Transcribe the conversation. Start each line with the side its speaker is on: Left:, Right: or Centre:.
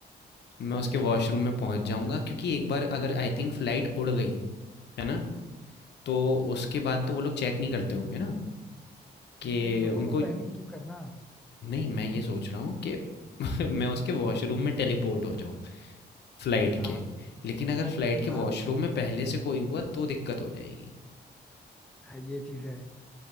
Left: मैं उसके वॉशरूम में पहुंच जाऊंगा क्योंकि एक बार अगर आई थिंक फ्लाइट उड़ गई है ना तो उसके बाद तो वो लोग चेक नहीं करते होंगे ना कि
Centre: लेकिन लोगों
Left: उनको
Centre: को पैनिक क्यों करना
Left: नहीं मैं ये सोच रहा हूँ कि <laughs> मैं उसके वॉशरूम में टेलीपोर्ट हो जाऊं फ्लाइट
Centre: हाँ
Left: के, लेकिन अगर फ्लाइट के
Centre: हाँ
Left: वॉशरूम में पहले से कोई हुआ तो दिक्कत हो जाएगी।
Centre: हाँ ये चीज है